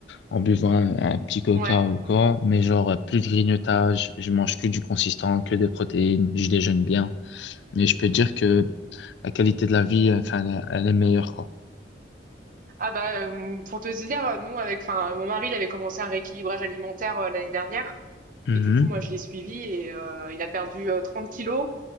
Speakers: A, on the left; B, on the right.
A: en buvant un, un petit coca
B: ouais.
A: ou quoi. Mais genre, euh, plus de grignotage. Je mange que du consistant, que des protéines. Je déjeune bien. Et je peux dire que la qualité de la vie, enfin, elle, elle est meilleure, quoi.
B: Ah bah euh, pour te dire, nous avec, enfin mon mari, il avait commencé un rééquilibrage alimentaire euh, l'année dernière
A: Mhm.
B: et du coup moi je l'ai suivi et euh, il a perdu euh, 30 kilos